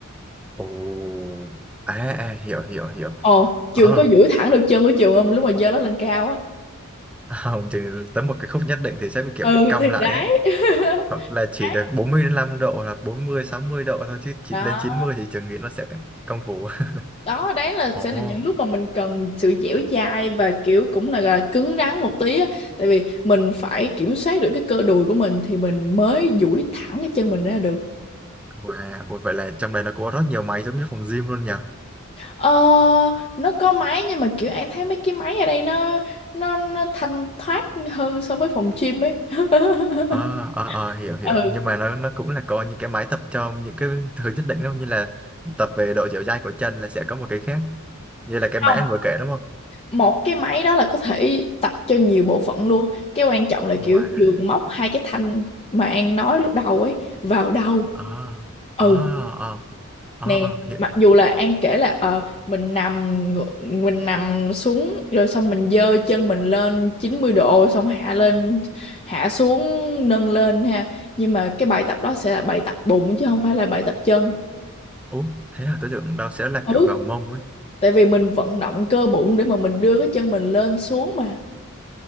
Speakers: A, in the centre; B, on the left (about 30°).
A: Ồ. À, à hiểu hiểu hiểu
B: ồ
A: Ờ.
B: trường có duỗi
A: <laughs>
B: thẳng được chân của trường không lúc mà dơ nó lên cao á
A: À, không chỉ tới một cái khúc nhất định thì sẽ bị kiểu
B: ừ
A: bị cong
B: thì
A: lại
B: đấy
A: ấy
B: <laughs>
A: hoặc là chỉ
B: đấy
A: được 45 độ hoặc bốn mươi sáu mươi độ thôi chứ chỉ
B: đó
A: lên 90 thì trường nghĩ nó sẽ cong vú
B: đó đấy
A: <laughs>
B: là sẽ
A: Ồ,
B: là những lúc mà mình cần sự dẻo dai và kiểu cũng là, là cứng rắn một tí á tại vì mình phải kiểm soát được cái cơ đùi của mình thì mình mới duỗi thẳng cái chân mình ra được
A: Wow, ủa vậy là trong đây nó có rất nhiều máy giống như phòng gym luôn nhỉ?
B: ờ nó có máy nhưng mà kiểu em thấy mấy cái máy ở đây nó nó nó thanh thoát hơn so với phòng gym ấy <laughs>
A: À, à, à, hiểu hiểu
B: ừ
A: nhưng mà nó nó cũng là có những cái máy tập cho những cái thứ nhất định đâu như là tập về độ dẻo dai của chân là sẽ có một cái khác như là cái
B: không
A: máy anh vừa kể đúng không?
B: một cái máy đó là có thể tập cho nhiều bộ phận luôn cái quan trọng là
A: Wow.
B: kiểu trường móc hai cái thanh mà An nói lúc đầu ấy vào đầu
A: À,
B: ừ
A: à, à, à,
B: nè
A: à, hiểu.
B: mặc dù là An kể là ờ mình nằm ngửa- mình nằm xuống rồi xong mình giơ chân mình lên 90 độ xong hạ lên hạ xuống nâng lên ha nhưng mà cái bài tập đó sẽ là bài tập bụng chứ không phải là bài tập chân
A: Ủa, thế là tôi tưởng đâu sẽ là
B: ừ
A: kiểu vào mông ấy.
B: tại vì mình vận động cơ bụng để mà mình đưa cái chân mình lên xuống mà